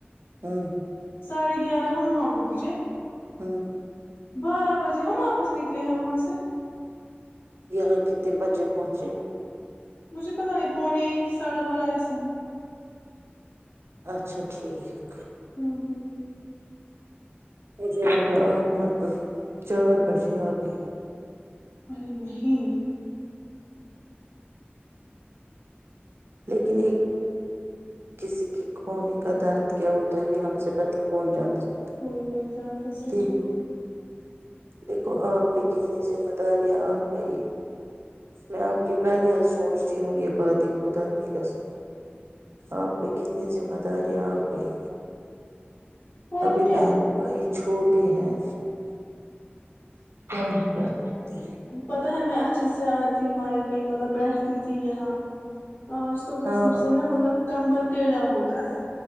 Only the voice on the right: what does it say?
ہوں <unintelligible>
ہاں <unintelligible>
یہاں کے تنے بچے پہنچے
اچھاچ ٹھیک
مجھے لگا آپ مت ب چار بجے آ گئ
لیکن ایک کسی کی کوون ایک آدارت کیا ہوتا ہے یہ ہم سے بہتر کون جان سکتا ہے
دیکھ
دیکھو آپ پہ کتنی ذمہ داریاں آ گئی میں آپ کے بغیر سوچتی ہوں یہ باتیں خدا کے قسم آپ پہ کتنی ذمہ داریاں آ گئی
ابھی
بہن بھائی چھوٹی ہیں کیا ہی کر سکتے ہیں
ہاں